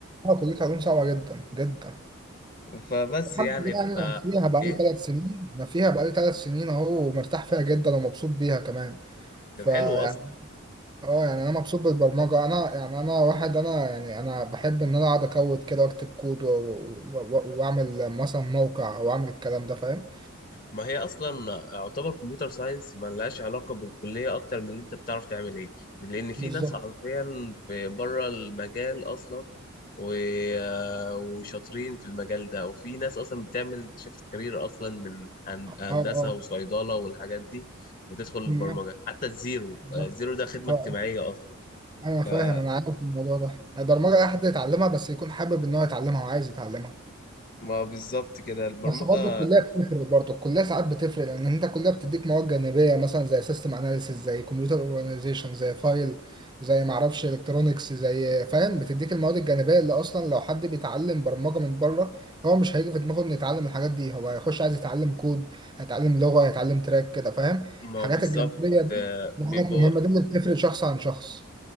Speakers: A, on the right; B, on the left.
A: اه كلية علوم صعبة جدا جدا
B: فبس
A: الحمد
B: يعني
A: لله
B: ف...
A: يعني
B: آه،
A: انا فيها بقالي
B: ايه
A: ثلاث سنين انا فيها بقالي ثلاث سنين اهو ومرتاح فيها جدا ومبسوط بيها كمان
B: طب
A: فيعني
B: حلو أصلا
A: اه يعني انا مبسوط بالبرمجة انا يعني انا واحد انا يعني انا بحب ان انا اقعد اكود كده واكتب كود و- و- و- واعمل مثلا موقع او اعمل الكلام ده فاهم
B: ما هي اصلا يعتبر كمبيوتر ساينس ما لهاش علاقه بالكليه اكتر من اللي انت بتعرف تعمل ايه لان في
A: بالظبط
B: ناس حرفيا في بره المجال اصلا و... وشاطرين في المجال ده وفي ناس اصلا بتعمل شيفت كارير اصلا من هن-
A: اه
B: هندسه
A: اه
B: وصيدله والحاجات دي وتدخل البرمجه
A: مم،
B: حتى الزيرو
A: بالظبط
B: آه، الزيرو ده خدمه
A: اه
B: اجتماعيه
A: آه.
B: اصلا
A: انا فاهم
B: فما
A: انا عارف الموضوع ده البرمجة اي حد يتعلمها بس يكون حابب ان هو يتعلمها وعايز يتعلمها
B: بالظبط كده البرمجه
A: بس برضه الكليه بتفرق برضه الكليه ساعات بتفرق لان انت الكليه بتديك مواد جانبيه مثلا زي سيستم اناليسيس زي كمبيوتر اورجانيزيشن زي فايل زي معرفش الكترونكس زي فاهم بتديك المواد الجانبيه اللي اصلا لو حد بيتعلم برمجه من بره هو مش هيجي في دماغه انه يتعلم الحاجات دي هو هيخش عايز يتعلم كود هيتعلم لغه هيتعلم تراك كده فاهم
B: ما
A: الحاجات
B: بالظبط
A: الجانبيه دي
B: آه،
A: دي
B: بيبقوا
A: حاجات مهمه دي اللي بتفرق شخص عن شخص